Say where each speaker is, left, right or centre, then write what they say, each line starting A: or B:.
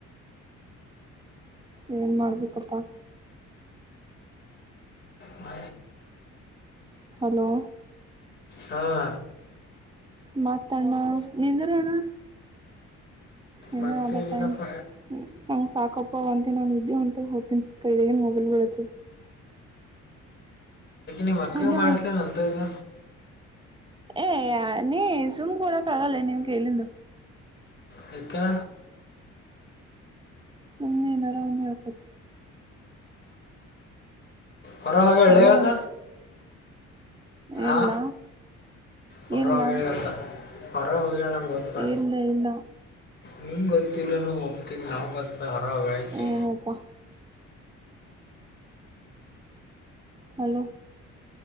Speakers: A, on the right; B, on the left.
A: ಏನ್ ಮಾಡ್ಬೇಕಪ್ಪಾ
B: ಬ
A: ಹಲೋ
B: ಹಾ
A: ಮತ್ತ ಅಣ್ಣ ನಿಂದರ ಅಣ್ಣ ಇನ್ನು
B: ಮತ್ತೇನಿಲ್ಲಪ್ಪ
A: ಅದ ಟೈಮ ಹೂ ನಂಗ್ ಸಾಕಪ್ಪ ಹೊತ್ತೀನಿ ನಾ ನಿದ್ದಿ ಹೊಂಟದ ಹೋಗ್ತಿನೀ ಕೈದಾಗನ್ ಮೊಬೈಲ್ ಬೀಳಾತದ
B: ನಿಮ್ಮ ಅಕ್ಕ
A: ಹಲೋ
B: ಮಾಡಸ್ಲೇನ್ ಅಂತದು
A: ಏ ನೀ ಸುಮ್ ಕೊಡಕ್ ಆಗಲ್ಲ ನಿಮ್ಗೆ ಇಲ್ಲಿಂದು
B: ಕ್ಕೆ
A: ಸೊಮನೆ ಏನರಾವ ಹೇಳಕತ
B: ಹೊರಹ
A: ಹಲೋ
B: ಎಳೆಯದ
A: ಇಲ್ಲ
B: ಆ ಹೊರ
A: ಇಲ್ಲ
B: ಹೋಗಿ ಗತ್ತ ಹೊರಗೆ ಹೋಗೇಳ ನಂಗಗೆ ಗೊತ್ತಾ
A: ಇಲ್ಲ ಇಲ್ಲ
B: ನಿಂ ಗೊತ್ತಿಲ್ಲನು ಒಪ್ತಿಲ್ಲ ನಾವು ಗೊತ್ತ ಹರ ವಕಿ
A: ಏನಪ್ಪಾ ಹಲೋ